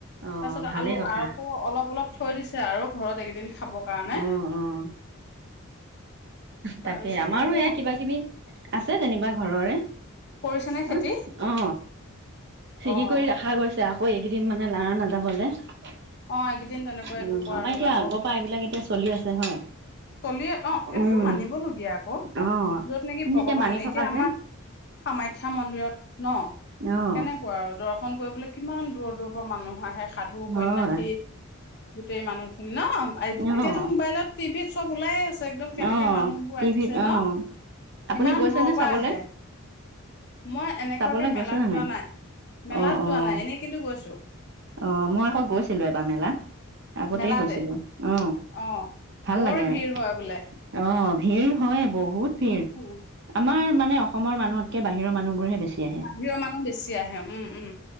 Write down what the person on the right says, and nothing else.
অ',
ভালেই
কথা
অ', অ',
তাকে আমাৰো
এয়া কিবা কিবি আছে যেনিবা ঘৰৰে
অ অ ছিগি
কৰি ৰখা গৈছে আৰু। ক এইকেইদিন মানে লাৰা নাযাব যে! উ
আমাৰ
এতিয়া আগৰ পৰা এইবিলাক এতিয়া চলি আছে হয়!
উম,
অ',
আমি
মানি
থকা
যে
অ',
হয়
অ',
অ',
টিভিত
অ', আপুনি
গৈছেনে
চাবলে?
চাবলৈ
গৈছে নে
অ', অ',
অ', মই আকৌ গৈছিলো এবাৰ মেলাত। আগতেই
গৈছিলো অ'
ভাল
লাগে
অ ভিৰ হয়। বহুত ভিৰ
আমাৰ মানে অসম মানুহতকে বাহিৰৰ মানুহবোৰ হে বেছি। আহে